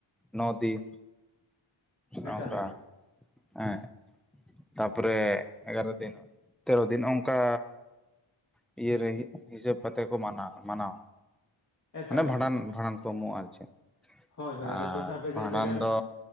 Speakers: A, in the centre; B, on the left.
A: ᱱᱚ ᱫᱤᱱ᱾ ᱱᱚᱝᱠᱟ
B: ᱮᱠᱟᱞ ᱮᱠᱟᱞ
A: ᱦᱮᱸ᱾ ᱛᱟᱯᱚᱨᱮ ᱮᱜᱟᱨᱚ ᱫᱤᱱ, ᱛᱮᱨᱚ ᱫᱤᱱ ᱚᱝᱠᱟ᱾ ᱱᱤᱭᱟᱹ ᱞᱟᱹᱜᱤᱫ ᱦᱤᱥᱟᱹᱵ ᱠᱟᱛᱮ ᱠᱚ ᱢᱟᱱᱟᱣ, ᱢᱟᱱᱟᱣᱟ᱾
B: ᱮᱠᱟᱞ
A: ᱢᱟᱱᱮ ᱵᱷᱟᱸᱰᱟᱱ,
B: ᱮᱠᱟᱞ
A: ᱵᱷᱟᱸᱰᱟᱱ ᱠᱚ ᱮᱢᱚᱜᱼᱟ, ᱟᱨ ᱪᱮᱫ ᱟᱨ
B: ᱦᱳᱭ ᱦᱳᱭ ᱟᱫᱚ ᱴᱚᱴᱷᱟ ᱵᱷᱮᱜᱟᱨ
A: ᱵᱷᱟᱸᱰᱟᱱ
B: ᱵᱷᱮᱜᱟᱨ
A: ᱫᱚ᱾